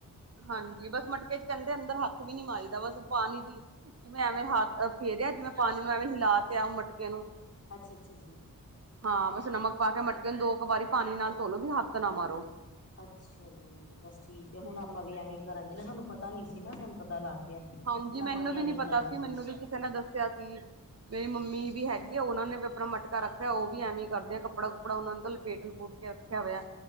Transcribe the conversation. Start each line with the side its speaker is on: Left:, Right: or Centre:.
Right: ਹਾਂਜੀ, ਬਸ ਮਟਕੇ ਚ ਕਹਿੰਦੇ ਅੰਦਰ ਹੱਥ ਵੀ ਨੀ ਮਾਰਿਦਾ ਬਸ ਪਾਣੀ ਦੀ ਜਿਵੇਂ ਐਵੇਂ ਹਥੱ ਫੇਰਿਆ ਜਿਵੇਂ ਪਾਣੀ ਨੂੰ ਐਵੇਂ ਹਿਲਾ ਤੇਆ ਉਹ ਮਟਕੇ ਨੂੰ
Left: ਅੱਛਾ-ਅੱਛਾ ਜੀ।
Right: ਹਾਂ, ਬਸ ਨਮਕ ਪਾ ਕੇ ਮਟਕੇ ਨੂੰ ਦੋ ਕੁ ਵਾਰੀ ਪਾਣੀ ਨਾਲ ਧੋਲੋ ਵੀ ਹੱਥ ਨਾ ਮਾਰੋ।
Left: ਅੱਛਾ ਜੀ, ਬਸ ਠੀਕ ਹੈ ਹੁਣ
Right: ਹਮ
Left: ਆਪਾਂ ਵੀ ਐਵੇਂ ਹੀ ਕਰਾਂਗੇ ਨਾ, ਸਾਨੂੰ ਪਤਾ ਨੀ ਸੀ ਨਾ ਸਾਨੂੰ ਪਤਾ ਲੱਗ ਗਿਆ। ਹੁਣ
Right: ਹਾਂਜੀ,
Left: ਆਪਾਂ
Right: ਮੈਨੂੰ ਵੀ
Left: ਐਵੇਂ
Right: ਨੀ
Left: ਹੀ
Right: ਪਤਾ
Left: ਕਰਾਂਗੇ
Right: ਸੀ
Left: ਜੀ
Right: ਮੈਨੂੰ ਵੀ ਕਿਸੇ ਨੇ ਦੱਸਿਆ ਸੀ। ਮੇਰੀ ਮੰਮੀ ਵੀ ਹੈਗੀ ਆ ਉਹਨਾ ਨੇ ਵੀ ਆਪਣਾ ਮਟਕਾ ਰੱਖਿਆ ਉਹ ਵੀ ਐਵੇਂ ਕਰਦੇ ਆ ਕੱਪੜਾ-ਕੁੱਪੜਾ ਉਹਨਾਂ ਨੇ ਤਾਂ ਲਪੇਟ-ਲਪੂਟ ਕੇ ਰੱਖਿਆ ਹੋਇਆ,